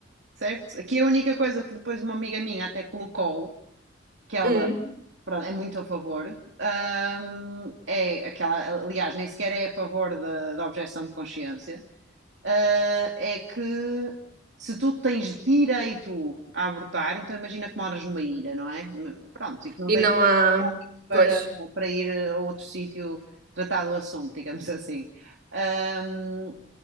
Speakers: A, on the right (about 65°); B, on the right (about 50°).
A: Certo? Aqui a única coisa que depois uma amiga minha até colocou, que ela
B: Hum.
A: Pronto, é muito a favor. Ahm, é aquela, aliás, nem sequer é a favor da, da objeção de consciência. Ah, é que se tu tens direito a abortar, então imagina que moras numa ilha, não é? Hum, Pronto, e que não
B: E
A: tens
B: não há.
A: para,
B: Pois.
A: para ir a outro sítio tratar do assunto, digamos assim. Ahm,